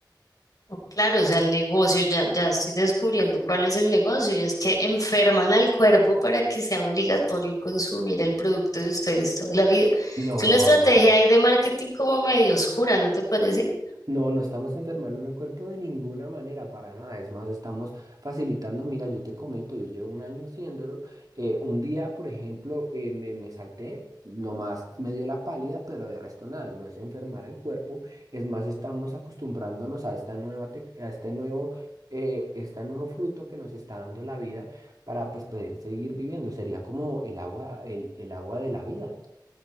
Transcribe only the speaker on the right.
No,
no.
No, no estamos enfermando el cuerpo de ninguna manera, para nada. Es más, estamos facilitando. Mira, yo te comento, yo llevo un año haciéndolo. eh, un día, por ejemplo, eh, me, me salté, nomás me dio la pálida, pero de resto nada, no es enfermar el cuerpo. Es más, estamos acostumbrándonos a esta nueva tec- a este nuevo, eh, este nuevo fruto que nos está dando la vida para pues, poder seguir viviendo. Sería como el agua, el el agua de la vida.